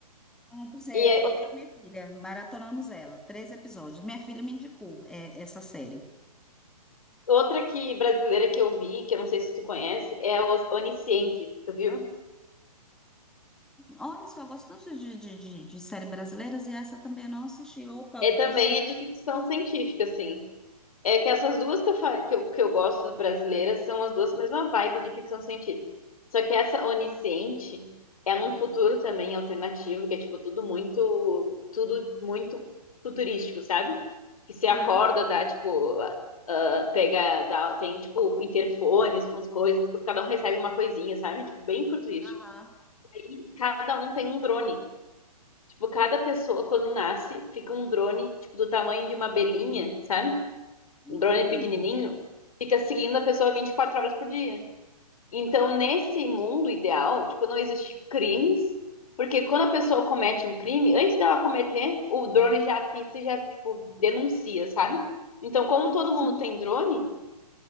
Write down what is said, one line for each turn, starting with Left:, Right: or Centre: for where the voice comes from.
Centre: Ah, pois é,
Left: E aí, o-
Centre: eu e minha filha, maratonamos ela, três episódios. Minha filha me indicou é, essa série.
Left: outra que brasileira que eu vi, que eu não sei se tu conhece, é o Onisciente, tu viu?
Centre: Olha só, eu gosto tanto de, de, de, de série brasileiras e essa também eu não assisti. Opa,
Left: É também
Centre: deixa eu anotar.
Left: é de ficção científica, assim. É que essas duas que eu, fa- que eu, que eu gosto brasileiras são as duas mesma vibe de ficção científica. Só que essa Onisciente é num futuro também alternativo, que é tipo tudo muito, tudo muito futurístico, sabe? Que você acorda,
Centre: Aham,
Left: dá tipo, ah, pega, dá, tem tipo interfones com as coisas, tipo, cada um recebe uma coisinha, sabe? Tipo, bem futurístico.
Centre: aham.
Left: Aí cada um tem um drone. Tipo, cada pessoa quando nasce fica um drone, tipo, do tamanho de uma abelhinha, sabe?
Centre: Hum,
Left: um drone pequenininho, fica seguindo a pessoa 24 horas por dia. Então, nesse mundo ideal, tipo, não existe crimes, porque quando a pessoa comete um crime, antes dela cometer, o drone já apita e já, tipo, denuncia, sabe? Então, como
Centre: olha
Left: todo
Centre: só.
Left: mundo tem drone,